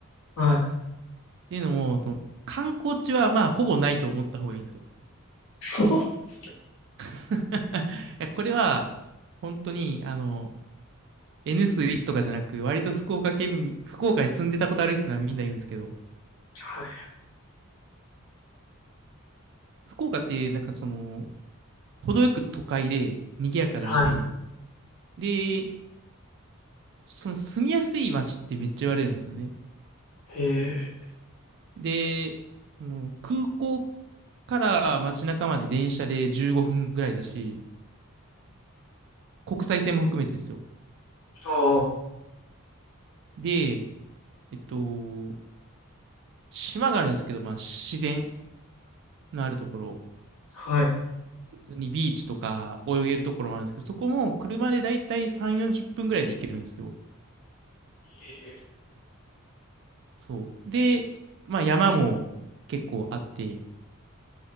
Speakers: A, on the left (about 80°); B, on the right (about 55°).
A: はい。
B: ていうのも、その、観光地は、まあ、ほぼないと思った方がいいんですよ。
A: <laughs> そうなんですね。
B: <laughs> いや、これは、本当に、あの、N 数1とかじゃなく、割と福岡県、福岡に住んでたことある人ならみんな言うんですけど、
A: はい
B: 福岡ってなんかその、程よく都会で賑やかだし、
A: はい。
B: で、その住みやすい街ってめっちゃ言われるんですよね。
A: へえ。
B: で、その空港から街中まで電車で15分ぐらいだし、国際線も含めてですよ。
A: ああ、
B: で、えっと、島があるんですけど、まあ自然のあるところ。
A: はい。へ
B: 普通にビーチとか泳げるところもあるんですけど、そこも車でだいたい3、40分ぐらいで行けるんですよ。
A: え。
B: そう。で、まあ山も結構あって、